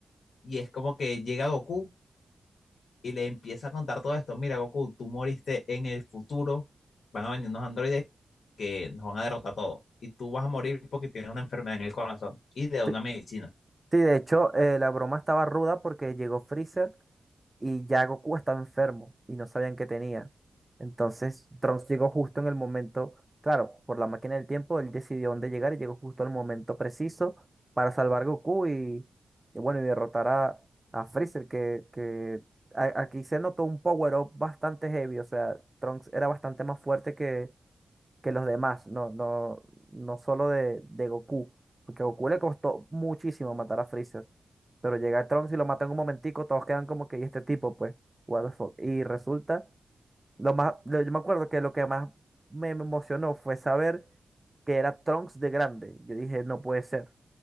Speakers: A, on the left; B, on the right.
A: Y es como que llega Goku y le empieza a contar todo esto. Mira, Goku, tú moriste en el futuro. Van a venir unos androides que nos van a derrotar a todos. Y tú vas a morir porque tienes una enfermedad en el corazón y de una
B: Sí,
A: medicina.
B: sí, de hecho, eh, la broma estaba ruda porque llegó Freezer y ya Goku estaba enfermo y no sabían qué tenía. Entonces, Trunks llegó justo en el momento, claro, por la máquina del tiempo, él decidió dónde llegar y llegó justo al momento preciso para salvar a Goku y, y bueno, y derrotar a, a Freezer, que, que a- aquí se notó un power up bastante heavy, o sea, Trunks era bastante más fuerte que que los demás, no, no, no solo de, de Goku, porque a Goku le costó muchísimo matar a Freezer, pero llega Trunks y lo mata en un momentico, todos quedan como que, ¿y este tipo? Pues, what the fuck, y resulta, lo más, lo- yo me acuerdo que lo que más me emocionó fue saber que era Trunks de grande, yo dije, no puede ser,